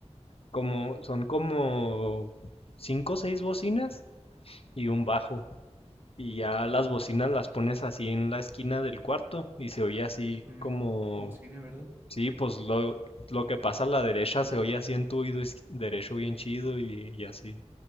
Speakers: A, on the left; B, on the right.
A: como, son como cinco o seis bocinas y un bajo. Y ya las bocinas las pones así en la esquina del cuarto y se oye así
B: mm,
A: como...
B: como cine, ¿verdad?
A: Sí, pues lo, lo que pasa a la derecha se oye así en tu oído is- derecho bien chido y, y así.